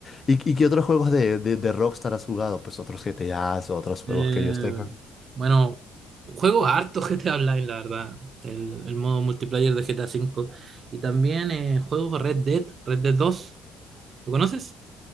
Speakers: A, on the left; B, on the right.
A: ¿Y, y qué otros juegos de, de, de Rockstar has jugado? Pues otros GTAs, otros juegos
B: Eh,
A: que ellos tengan.
B: bueno, juego harto <laughs> GTA Online, la verdad. El, el modo multiplayer de GTA V. Y también eh, juego Red Dead, Red Dead dos, ¿Lo conoces?